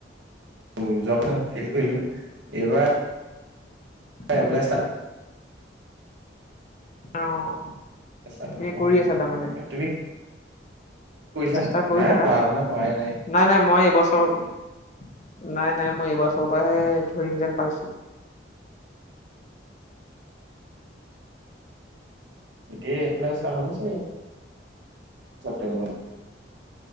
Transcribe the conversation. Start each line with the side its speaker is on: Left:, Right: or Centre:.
Right: উম যোৱা বাৰ ফেইল কৰিলো, এইবাৰ
Left: উম,
Right: এপ্লাই ষ্টা
Left: আহ
Right: ষ্টাৰ্ট হোৱা
Left: এ
Right: নাই
Left: কৰি
Right: বাৰু।
Left: আছা তাৰমানে?
Right: তুমি কৰিছা
Left: চেষ্টা
Right: নেকি
Left: কৰি
Right: নাই
Left: থাকা।
Right: পঢ়া শুনা কৰাই
Left: নাই নাই মই এইবছ ত নাই নাই মই এইবছৰ বছৰ পৰাহে ধৰিম যেন পাইছো।
Right: এতিয়া এপ্লাই ষ্টাৰ্ট হব চাগে চেপ্তেম্বৰত।